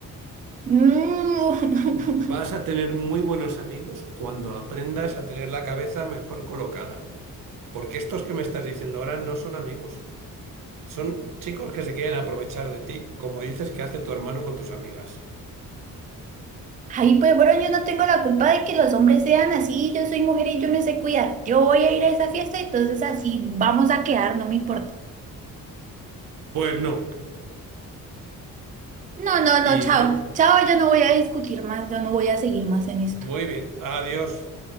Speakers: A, on the right; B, on the right.
A: Mm.
B: Vas a tener muy buenos amigos cuando aprendas a tener la cabeza mejor colocada. Porque estos que me estás diciendo ahora no son amigos. Son chicos que se quieren aprovechar de ti, como dices que hace tu hermano con tus amigas.
A: <laughs> Ay, pues bueno, yo no tengo la culpa de que los hombres sean así. Yo soy mujer y yo me sé cuidar. Yo voy a ir a esa fiesta, entonces así vamos a quedar, no me importa.
B: Pues no.
A: No, no,
B: Y
A: no, chao.
B: di-
A: Chao, yo no voy a discutir más, yo no voy a seguir más en esto.
B: muy bien, adiós.